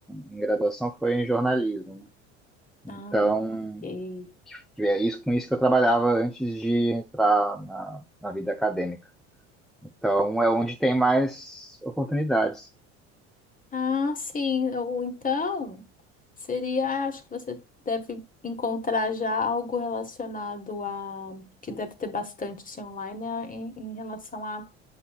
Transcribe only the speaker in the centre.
em graduação foi em jornalismo, né? Então,
é isso, com isso que eu trabalhava antes de entrar na, na vida acadêmica. Então, é onde tem mais oportunidades.